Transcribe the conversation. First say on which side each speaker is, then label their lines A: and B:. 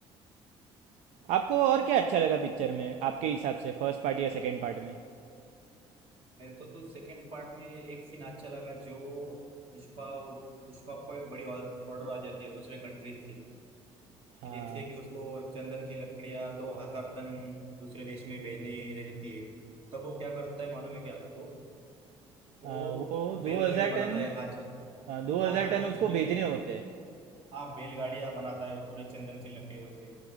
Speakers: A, on the right; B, on the right.
A: आपको और क्या अच्छा लगा पिक्चर में आपके हिसाब से फर्स्ट पार्ट या सेकंड पार्ट में
B: मेरे को तो सेकंड पार्ट में एक सीन अच्छा लगा जो पुष्पा पुष्पा को एक बड़ी ऑर्डर आ जाती है दूसरे कंट्री से
A: हाँ
B: कि जैसे कि उसको चंदन की लकड़ियां दो हजार टन दूसरे देश में भेजनी रहती है तब वो क्या करता है मालूम है क्या आपको वो
A: हाँ, वो दो
B: बैलगाड़ी
A: हजार
B: बनाता
A: टन
B: है हाथ
A: हाँ, दो
B: दो
A: हजार
B: हजार
A: टन
B: टन
A: उसको
B: की
A: भेजने होते हैं।
B: हाँ बैलगाड़ियां बनाता है वो पूरे चंदन के लकड़ियों से